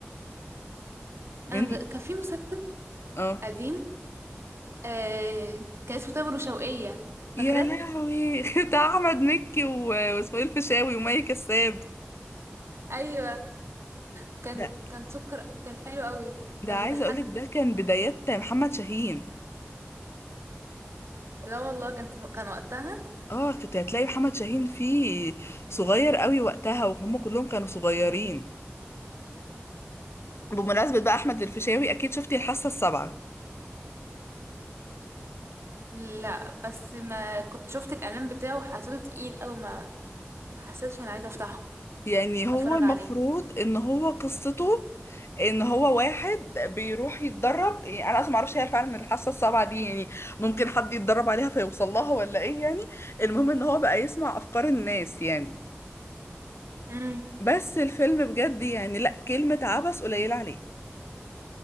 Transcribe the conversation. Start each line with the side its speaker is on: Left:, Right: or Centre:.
Left: <laughs>
Right: انا
Left: من
Right: مج... كان في مسلسل
Left: اه
Right: قديم آه... كان اسمه تامر وشوقية فاكراه؟
Left: يا لهوي <laughs> بتاع احمد مكي و... واسماعيل فيشاوي ومي كساب
Right: ايوه كان
Left: ده
Right: كان سكر قوي كان حلو قوي
Left: ده
Right: كان
Left: عايزه
Right: بيضحكني
Left: اقولك ده كان بدايات محمد شاهين
Right: لا والله كان كان وقتها
Left: اه كنت هتلاقي محمد شاهين فيه صغير قوي وقتها وهم كلهم كانوا صغيرين بمناسبة بقى أحمد الفيشاوي أكيد شفتي الحاسة السابعة
Right: لا بس ما كنت شفت الاعلان بتاعه وحسيته تقيل قوي ما ما حسيتش انا عايزه افتحه
Left: يعني هو
Right: اتفرج
Left: المفروض
Right: عليه
Left: إن هو قصته إن هو واحد بيروح يتدرب يعني أنا أصلا معرفش هي فعلا الحاسة السابعة دي يعني ممكن حد يتدرب عليها فيوصل لها ولا إيه يعني المهم إن هو بقى يسمع أفكار الناس يعني
Right: امم
Left: بس الفيلم بجد يعني لأ كلمة عبث قليلة عليه